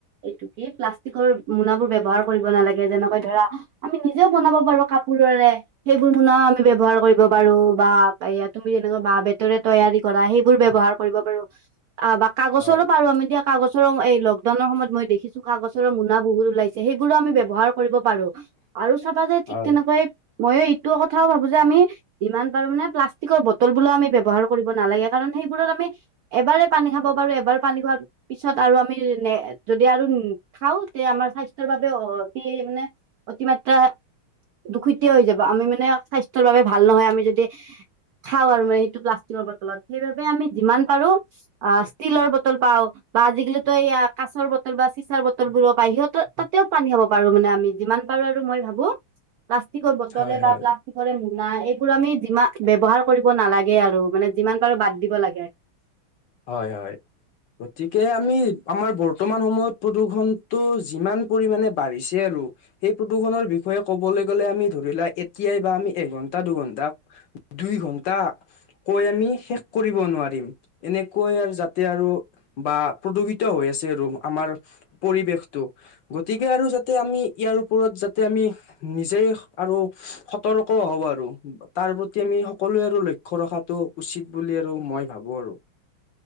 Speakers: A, on the right; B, on the left.
A: এইটো কি প্লাষ্টিকৰ মোনাবোৰ ব্যৱহাৰ কৰিব নালাগে যেনেকৈ ধৰা আমি নিজেও বনাব পাৰোঁ কাপোৰৰে সেইবোৰ মোনা আমি ব্যৱহাৰ কৰিব পাৰো বা এয়া তুমি যেনেকুৱা বাঁহ - বেতৰে তৈয়াৰী কৰা সেইবোৰ ব্যৱহাৰ কৰিব পাৰো আ বা কাগজলৈ
B: হয়,
A: পাৰো আমি এতিয়া কাগজৰো এই লকডাউনৰ সময়ত মই দেখিছোঁ কাগজৰ মোনা বহুত ওলাইছে সেইবোৰো আমি ব্যৱহাৰ কৰিব পাৰোঁ আৰু চাবা যে ঠিক
B: হয়।
A: তেনেকুৱাই ময়ো এইটো কথাও ভাবো যে আমি যিমান পাৰো মানে প্লাষ্টিকৰ বটল বলো আমি ব্যৱহাৰ কৰিব নালাগে কাৰণ সেইবোৰত আমি এবাৰে পানী খাব পাৰো এবাৰ পানী খোৱাৰ পিছত আৰু আমি ন যদি আৰু খাওঁ তে আমাৰ স্বাস্থ্যৰ বাবে অতি মানে- অতিমাত্ৰা দুষিতেয়ে হৈ যাব আমি মানে- স্বাস্থ্যৰ বাবে ভাল নহয় আমি যদি খাওঁ আৰু মানে সেইটো প্লাষ্ট- টিলৰ বটলত সেইবাবে আমি যিমান পাৰোঁ আ ষ্টিলৰ বটল পাওঁ। বা আজিকালিটো এয়া কাছৰ বটল বা চিচাৰ বটল বোৰো পায় সিহঁতেও তাতেও পানী খাব পাৰোঁ মানে আমি যিমান এবাৰো আৰু মই ভাবোঁ প্লাষ্টিকৰ বটলে
B: হয়,
A: বা
B: হয়,
A: প্লাষ্টিকৰে মোনা এইবোৰ আমি যিমান ব্যৱহাৰ কৰিব নালাগে আৰু। মানে যিমান পাৰোঁ বাদ দিব লাগে।
B: হয় হয়, গতিকে আমি আমাৰ বৰ্তমান সময়ত প্ৰদূষণটো যিমান পৰিমাণে বাঢ়িছে আৰু সেই প্ৰদূষণৰ বিষয়ে ক'বলে গ'লে আমি ধৰি লোৱা এতিয়াই বা আমি এঘন্টা দুঘন্টা দুই ঘন্টা কৈ আমি শেষ কৰিব নোৱাৰ- ৰিম। এনেকৈ আৰু যাতে আৰু বা প্ৰদূষিত হৈ আছে আৰু আমাৰ। পৰিৱেশটো গতিকে আৰু যাতে আমি ইয়াৰ ওপৰত যাতে আমি নিজেই আৰু সতৰ্কও হওঁ আৰু তাৰ প্ৰতি আমি সকলোৱে আৰু লক্ষ্য ৰখাটো উচিত বুলি আৰু মই ভাবো আৰু।